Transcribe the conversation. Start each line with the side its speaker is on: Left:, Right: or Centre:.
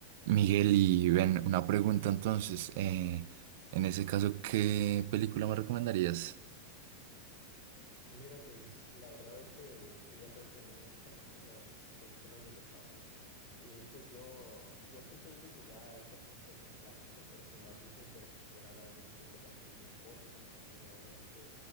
Right: Miguel, y ven, una pregunta entonces. eh, en ese caso, ¿qué película me recomendarías?
Left: Mira, pues la verdad es que tú ya sabes que a mí me gustan mucho las películas del espacio y pues yo, yo estoy seguro que ya a este punto es un clásico, pero si no has visto Interestelar, ahora sí que sería mi mejor recomendación y ahora sí que